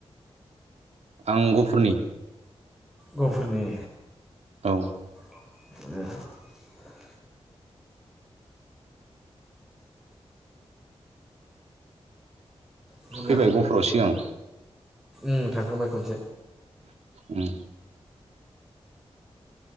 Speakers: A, on the right (about 85°); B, in the centre.
A: आं गफुरनि
B: गफुरनि
A: औ
B: ए ओंखाम
A: फैबाय गफुराव सिगां
B: ओ थांखांबाय खनसे
A: उम